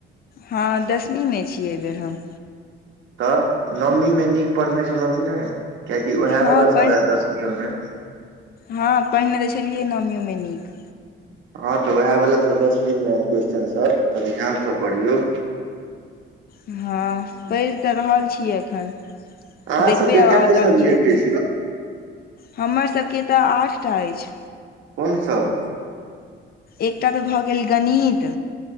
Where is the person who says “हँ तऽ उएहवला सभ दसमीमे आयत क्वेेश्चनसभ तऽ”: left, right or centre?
Right